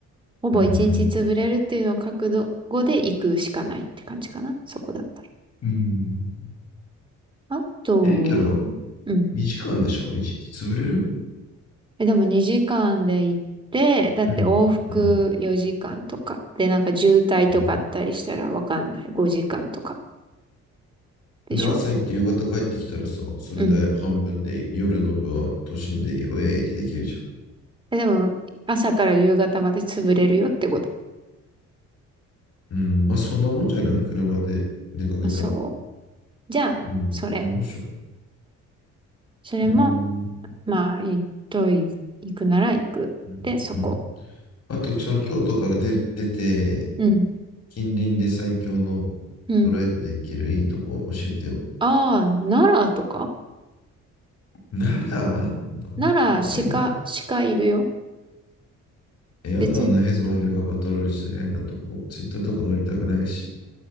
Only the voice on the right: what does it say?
ほぼ一日潰れるっていうのを覚悟で行くしかないって感じかな。
そこだったら。
あと、
うん。
え、でも2時間で行って、だって往復4時間とか。
で、なんか渋滞とかあったりしたらわかんない。
5時間とかでしょ
うん。え、でも、朝から夕方まで潰れるよってこと。
あそう。じゃあ、
それ。
それも、
まあ、行っとい、行くなら行く。
で、そこ。
うん。
うん。
ああ、奈良とか
奈良、鹿、鹿いるよ。
別に、